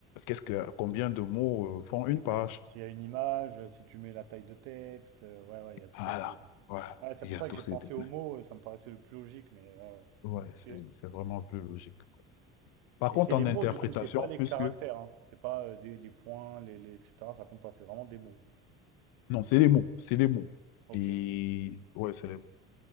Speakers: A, on the left; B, on the right.
A: qu'est-ce que, combien de mots euh, font
B: C'est
A: une page?
B: vrai. hein. S'il y a une image, euh, si tu mets la taille de texte, euh, ouais ouais il y a trop
A: Voilà,
B: de
A: voilà.
B: ouais c'est
A: Il
B: pour
A: y a
B: ça
A: tous
B: que j'ai
A: ces
B: pensé
A: détails.
B: au mot ça me paraissait le plus logique mais ouais
A: Ouais,
B: ouais
A: c'est c'est vraiment plus logique. Par
B: Et
A: contre,
B: c'est les
A: en
B: mots,
A: interprétation,
B: du coup, c'est pas les
A: puisque
B: caractères, hein. C'est pas euh, des, les points, les, les- etc. Ça compte pas, c'est vraiment des mots.
A: Non, c'est les mots, c'est les mots.
B: Ok.
A: Et
B: Et
A: ouais, c'est les mots.